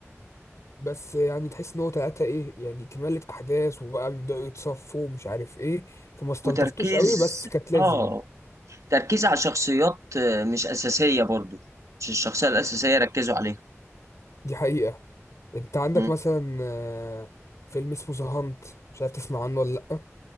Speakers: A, on the left (about 80°); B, on the right (about 80°).
A: بس يعني تحس ان هو تلاتة ايه يعني كمالة احداث وبقى بيبدأوا يتصفوا ومش عارف ايه فما استلطفتوش
B: وتركيز
A: قوي بس كانت لازم
B: اه تركيز على شخصيات آه، مش اساسيه برضو مش الشخصيه الاساسيه ركزوا عليها
A: دي حقيقة انت عندك
B: مم.
A: مثلا آه، فيلم اسمه ذا هانت مش عارف تسمع عنه ولا لأ